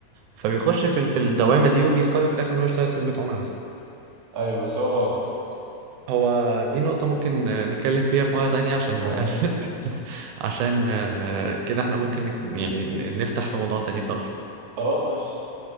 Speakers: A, on the right; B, on the right.
A: فبيخش في ال- في الدوامه دي وبيقرر في الاخر ان هو يشتغل خدمه عملاء بس
B: ايوه بس هو غلط
A: هو دي نقطة ممكن آه، نتكلم فيها في مرة تانية عشان
B: <laughs>
A: <laughs> عشان آه، كده احنا ممكن نك- يعني نفتح في موضوع تاني خالص
B: خلاص ماشي